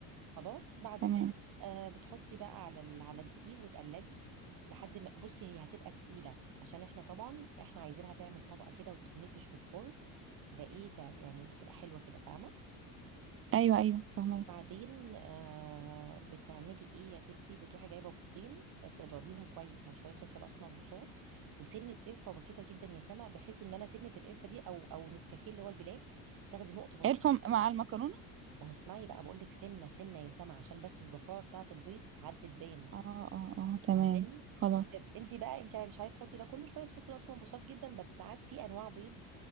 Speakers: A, on the right (about 60°); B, on the right (about 35°).
A: خلاص بعد
B: تمام
A: كده آه بتحطي بقى على ال- على الدقيق وتقلبي لحد ما بصي هي هتبقى تقيلة عشان احنا طبعا احنا عايزينها تعمل طبقة كده وتتنفش في الفرن تبقى ايه تع- يعني تبقى حلوة كده فاهمة
B: ايوه ايوه فهمت
A: بعدين آه بتعملي ايه يا ستي بتروحي جايبه بيضتين آه، تضربيهم كويس مع شويه فلفل اسمر بصوت وسنه قرفه بسيطه جدا يا سما بحيث ان انا سنه القرفه دي او او نسكافيه اللي هو البلاك تاخدي نقطه بسيطه
B: قرفه مع المكرونه
A: ما هو اسمعي بقى بقول لك سنه سنه يا سما عشان بس الزفاره بتاعه البيض ساعات بتبان
B: اه اه اه تمام
A: فاهماني
B: خلاص
A: طيب انت بقى انت مش عايز تحطي ده كله شويه فلفل اسمر بصوت جدا بس ساعات في انواع بيض